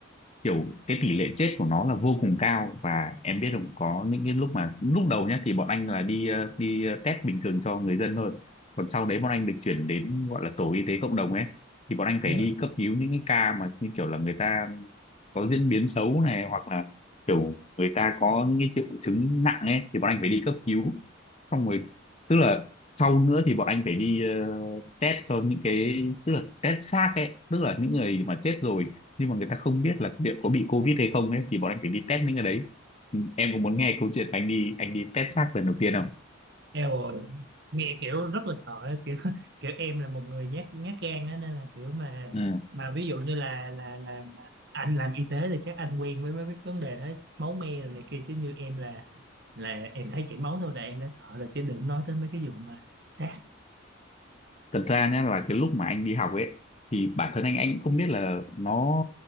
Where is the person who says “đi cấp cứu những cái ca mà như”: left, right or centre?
Left